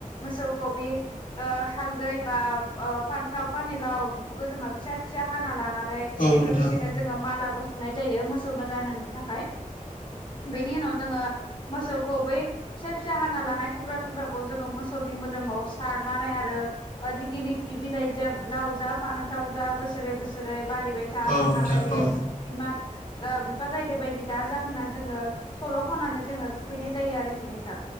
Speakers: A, on the left; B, on the left.
A: मोसौखौ बि ओ हालदै बा ओ फान्थाव पानि लाव बेफोरखौ जोङो फिसा फिसा हाना लानानै नै
B: औ नोंथां
A: लोगोसेनो जोहा मालाबो सुनाय जायो मोसौनो गानहोनो थाखाय। बेनि उनाव जोङो मोसौखौ बै फिसा फिसा हाना लानाय थुख्रा थुख्राखौ जोङो मोसौनि मोदोमाव सारनानै आरो ओ दिगिलिथि बिलाइजों लाव जा फानथाव जा बोसोरै बोसोरै बारिबाय था
B: औ
A: बिमा
B: नोंथां
A: गायदे
B: औ
A: बिमा ओ बिफा गायदे बायदि दाजा होनना जोङो सल' खननानै जोङो थुखैनाय जायो आरोखि नोंथां।